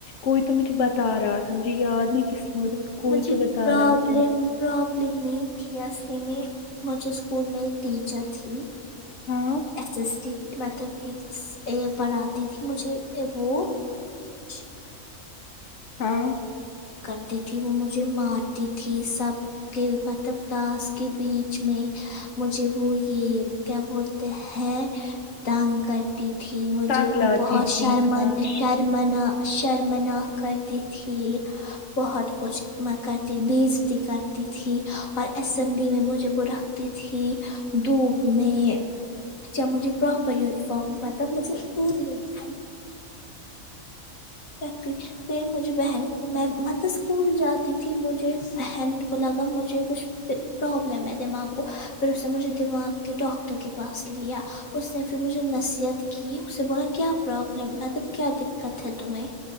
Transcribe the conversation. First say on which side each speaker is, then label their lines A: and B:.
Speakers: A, on the left (about 60°); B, on the left (about 75°).
A: کوئی تو مجھے بتا رہا تھا مجھے یاد نہیں کس نے کوئی
B: مجھے
A: تو بتا
B: پرابلم
A: رہا تھا
B: پرابلم نہیں تھی اصلی میں مجھے اسکول میں ایک ٹیچر تھی
A: ہاں
B: اس اس تی مطلب یہ پڑھاتی تھی مجھے وہ ہ
A: ہاں
B: کرتی تھی وہ مجھے مارتی تھی سب کے مطلب کلاسس کے بیچ میں مجھے وہ یہ کیا بولتے ہیں دان تھی مجھے
A: ٹانگ لاتی
B: وہ بہت
A: تھی
B: شرم
A: ہاں
B: شر شرمنا شرمنا کرتی تھی
A: <inaudible>
B: بہت کچھ مکرتی بیزتی کرتی تھی اور اسمبلی میں مجھے وہ رکھ تی تھی دھوپ میں جب مجھے پراپر یونیفارم مطلب مجھے پوری یونیفارم رکھتی پھر مجھے بہن کو میں اسکول جاتی تھی مجھے بہن کو لگا مجھے کچھ پھر پرابلم ہے دماغ کو پھر اس نے مجھے دماغ کے ڈاکٹر کے پاس لیا اس نے پھر مجھے نصیحت کی اسے بولا کیا پرابلم مطلب کیا دقت ہے تمہیں